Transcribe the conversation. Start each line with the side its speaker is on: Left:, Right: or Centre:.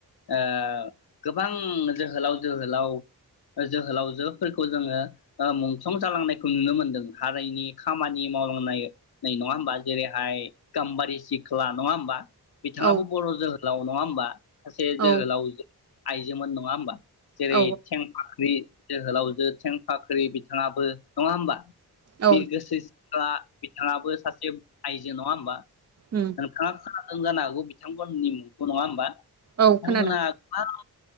Left: ओ गोबां जोहोलाव जोहोलाव जोहोलावजो फोरखौ जोङो ओ मुंख्लं जालांनायखौ नुनो मोनदों हारिनि खामानि मावलांनाय नङा होमबा जेरैहाय गाम्बारि सिख्ला नङा होमबा? बिथाङाबो
Right: औ
Left: बर' जोहोलाव नङा होमबा? सासे
Right: औ
Left: जोहोलावजो आइजोमोन नङा होमबा? जेरै
Right: औ
Left: थेंफाख्रि जोहोलाव जो थेंफाख्रि बिथाङाबो नङा होमबा?
Right: औ
Left: बिरगोस्रि सिख्ला बिथाङाबो सासे आइजो नङा होमबा
Right: उम
Left: नोंथाङा खोना दों जानो हागौ बिथांमोननि मुंखौ नङा होमबा?
Right: औ
Left: बिथांमोना
Right: खोनादों
Left: गोबां